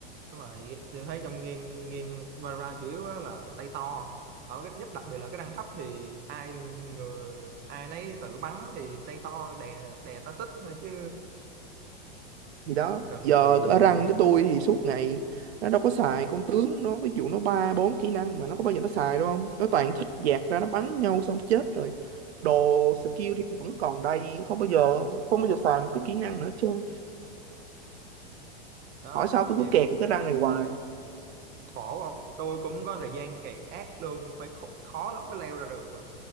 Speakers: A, on the right (about 30°); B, on the right (about 85°).
A: đúng rồi tôi thấy trong game game Valorant chủ yếu á là tay to ở cái, nhất đặc biệt là cái rank thấp thì ai người, ai nấy tự bắn thì tay to đè đè tá tích thôi chứ
B: thì đó
A: cần
B: giờ
A: gì
B: ở rank cái tôi thì suốt ngày nó đâu có xài con tướng nó ví dụ nó ba bốn kỹ năng mà nó có bao giờ nó xài đâu không nó toàn thích dạt ra nó bắn nhau xong chết rồi đồ skill thì vẫn còn đầy không bao giờ không bao giờ xài một cái kỹ năng nữa chứ
A: đó
B: hỏi sao tôi
A: vậy
B: cứ kẹt ở cái răng này hoài
A: khổ không tôi cũng có thời gian kẹt ác luôn phải khó, khó lắm mới leo ra được mà